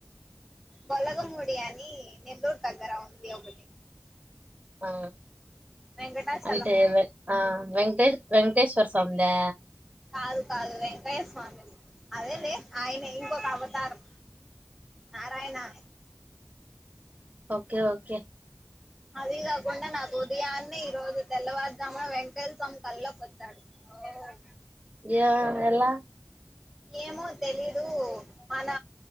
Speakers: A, in the centre; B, on the right.
A: బలగంఒడి అని నెల్లూరు దగ్గర ఉంది ఒకటి
B: ఆ
A: వెంకటాచలం
B: అంటే వె ఆ వెంకటే వె ముక్తేశ్వర్ స్వామి దా
A: కాదు కాదువే కాయస్వామిది అదేలే ఆయన ఇంకొక అవతారం నారాయణ అని
B: ఓకె ఓకె
A: అదీ గాగుండా నాకు ఉదయాన్నే ఈ రోజు తెల్లవారుజామున వెంకటేశ్వరస్వామి కల్లోకొచ్చాడు.... వావ్
B: ఏ ఎలా
A: ఏమో తెలీదు మన